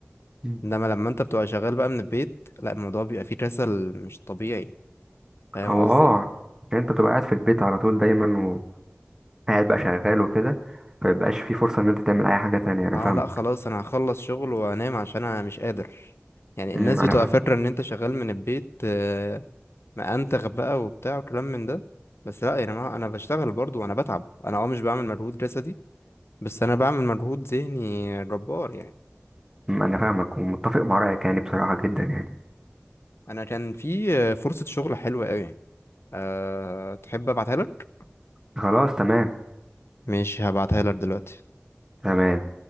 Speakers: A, on the right; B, on the left.
A: مم.
B: انما لما انت بتبقى شغال بقى من البيت لا الموضوع بيبقى فيه كسل مش طبيعي فاهم
A: هو
B: قصدي
A: اه يعني انت بتبقى قاعد في البيت على طول دايما قاعد بقى شغال وكده فيبقاش في فرصة ان انت تعمل اي حاجة تانية انا
B: اه
A: فاهمك
B: لا خلاص انا هخلص شغل وانام عشان انا مش قادر يعني الناس
A: امم انا
B: بتبقى
A: فاهم
B: فاكرة ان انت شغال من البيت آه ما انتخ بقى وبتاع وكلام من ده بس لا يا جماعة انا بشتغل برضو وانا بتعب انا اه مش بعمل مجهود جسدي بس انا بعمل مجهود ذهني جبار يعني
A: امم انا فاهمك ومتفق مع رأيك يعني بصراحة جدا يعني
B: انا كان في فرصة شغل حلوة قوي أه... تحب ابعتها لك
A: خلاص تمام
B: ماشي هبعتها لك دلوقتي
A: تمام